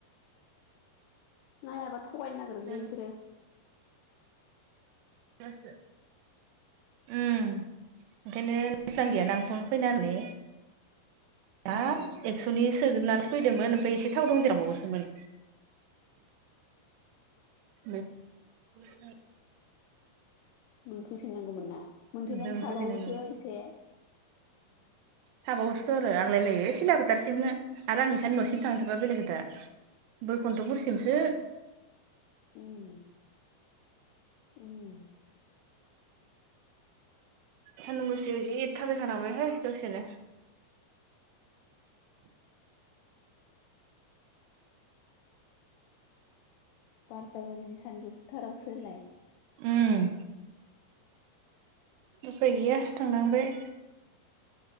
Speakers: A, on the left; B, on the right.
A: नायाबा थगायनो नागिरोलै
B: उम
A: बिसोरो
B: <unintelligible> उम ओंखायनो नायफ्लांदिया ना आं फन फैनानै हाब
A: ओं
B: एक्स'नि सोगोन नालै फैदोंमोन ओमफ्राय एसे थाव दंजेराबावोसोमोन उम
A: मोनफैफिननांगौमोन ना
B: ओमफ्राय
A: मोनफिननानै
B: हरफैफिननांगौमोन
A: थाबावोसो इसे
B: थाबावसोथ आरो आग्लाय लायो सिला बोथारसिमनो आरो आंनिसानि न'सिम थांथारबा बेलेग खोथा बैकुन्थपुरसिमसो
A: उम उम
B: सानदुं गोसायाव जि थाबाय खानांबाय हाय दसेनो
A: बारथा बाजिनि सानजौफुथारावसो होनलाय <inaudible>
B: उम उफाय गैया थांनांबाय